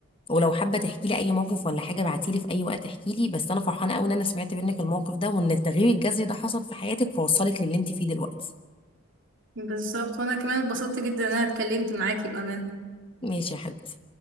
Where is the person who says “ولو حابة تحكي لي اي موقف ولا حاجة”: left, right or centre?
Left